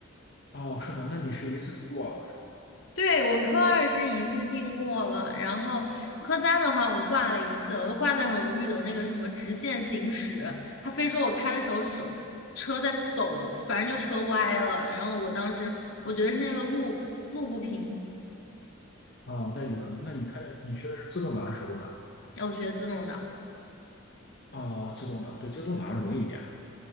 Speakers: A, on the left; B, on the left.
A: 吗？哦，是吗？那你是一次性过了是
B: 对，我科二是一次性过了，然后科三的话我挂了一次，我就挂在很无语的那个什么直线行驶，他非说我开的时候手车在抖，反正就车歪了，然后我当时我觉得是那个路路不平，
A: 吧？哦，那有可能。那你开的你学的是自动挡还是手动挡？
B: 然后我学的自动挡。
A: 哦，自动挡，对，自动挡容易一点。